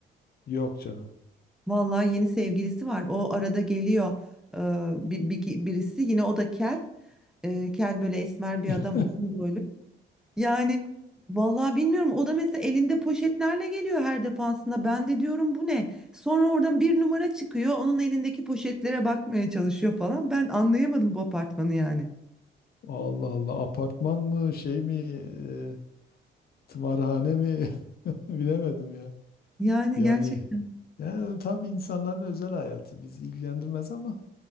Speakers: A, on the left; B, in the centre.
A: yok canım.
B: Vallahi yeni sevgilisi var. O arada geliyor e, bir, bir- birisi yine o da kel. E, kel böyle esmer bir
A: <laughs>
B: adam uzun boylu. Yani vallahi bilmiyorum o da mesela elinde poşetlerle geliyor her defasında. Ben de diyorum bu ne? Sonra oradan bir numara çıkıyor. Onun elindeki poşetlere bakmaya çalışıyor falan. Ben anlayamadım bu apartmanı yani.
A: Allah Allah apartman mı şey mi e, tımarhane mi <laughs> bilemedim ya.
B: Yani
A: Yani
B: gerçekten
A: yani tabii insanların özel hayatı bizi ilgilendirmez ama